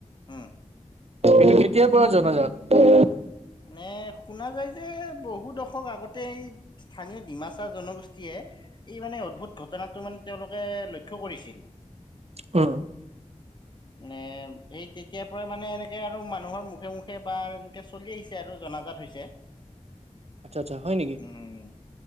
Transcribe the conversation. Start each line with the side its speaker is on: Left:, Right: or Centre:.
Left: হুম
Right: এইটো কেতিয়াৰ পৰা জনাজাত?
Left: নে শুনা যায় যে বহু দশক আগতে এই স্থানীয় ডিমাছ এটা জনগোষ্ঠীয়ে এই মানে অদ্ভুত ঘটনাটো মানে তেওঁলোকে লক্ষ্য কৰিছিল
Right: অ
Left: নে সেই তেতিয়াৰ পৰাই মানে এনেকৈ আৰু মানুহৰ মুখে মুখে বা এনেকে চলি আহিছে আৰু জনাজাত হৈছে।
Right: আচ্ছা আচ্ছা হয় নেকি
Left: উম।